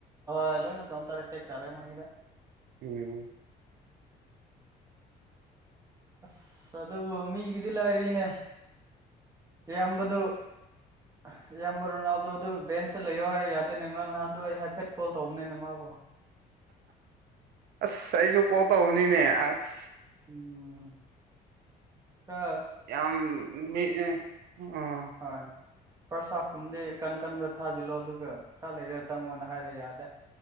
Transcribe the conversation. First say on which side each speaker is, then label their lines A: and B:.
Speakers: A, on the right (about 20°); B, on the right (about 70°).
A: ꯍꯣꯏ ꯂꯣꯏꯅ ꯀꯥꯎꯟꯇꯔ ꯑꯇꯦꯛ ꯇꯔꯦ ꯃꯅꯤꯡꯒꯗ
B: ꯎꯝ
A: ꯑꯁ ꯑꯗꯨꯕꯨ ꯃꯤꯒꯤꯗꯤ ꯂꯥꯏꯔꯤꯅꯦ ꯑꯌꯥꯝꯕꯗꯨ ꯑ ꯏꯌꯥꯝꯕ ꯔꯣꯅꯥꯜꯗꯣ ꯑꯗꯨ ꯕꯦꯟꯁꯇ ꯂꯩꯌꯣ ꯍꯥꯏꯔ ꯌꯥꯗꯦꯅꯦ ꯉꯔꯥꯡ ꯅꯍꯥꯟꯗꯣ ꯑꯩ ꯍꯥꯏꯐꯦꯠ ꯀꯣꯜ ꯇꯧꯕꯅꯤꯅꯦ ꯃꯥꯕꯨꯣ
B: ꯑꯁ ꯑꯩꯁꯨ ꯀꯣ ꯇꯧꯅꯤꯅꯦ ꯑꯁ
A: ꯎꯝ ꯑ
B: ꯌꯥꯝ ꯎꯝ
A: ꯍꯣꯏ ꯐꯥꯔꯁ ꯍꯥꯐꯀꯨꯝꯕꯗꯤ ꯀꯟ ꯀꯟꯕ ꯊꯥꯖꯤꯜꯂꯣ ꯑꯗꯨꯒ ꯈꯔ ꯂꯩꯔꯒ ꯆꯪꯉꯣꯅ ꯍꯥꯏꯔ ꯌꯥꯗꯦ